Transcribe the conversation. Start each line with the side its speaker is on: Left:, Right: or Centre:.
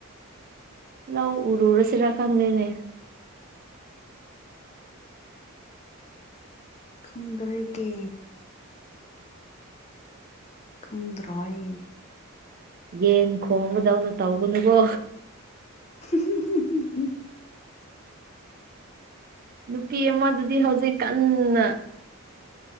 Right: ꯂꯧ ꯎꯔꯨꯔꯁꯤꯔꯥ ꯈꯪꯗꯦꯅꯦ
Left: ꯈꯪꯗꯔꯦꯒꯦ ꯈꯪꯗ꯭ꯔꯣꯏ
Right: ꯌꯦꯟ ꯈꯣꯡꯕꯗꯧꯅ ꯇꯧꯒꯅꯨꯀꯣ
Left: <unintelligible>
Right: ꯅꯨꯄꯤ ꯑꯃꯗꯨꯗꯤ ꯍꯧꯖꯤꯛ ꯀꯟꯅ